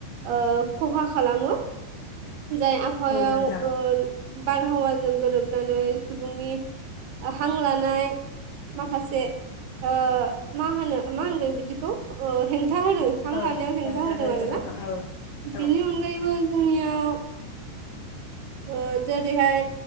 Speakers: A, on the right; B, on the left.
A: ओ खहा खालामो। जाय आबहावायाव
B: औ नोंथां
A: ओ बार आबहावाजों गोरोबनानै सुबुंनि हां लानाय माखासे ओ मा होनो मा होनगोन बिदिखौे? ओ हेंथा होदो हां
B: औ
A: लानायाव हेंथा
B: नोंथां
A: होदों
B: हैदो
A: आर
B: नोंथां
A: ना
B: औ
A: बिनि
B: औ
A: अनगायैबो जोंनियाव <unintelligible> ओ जेरैहाय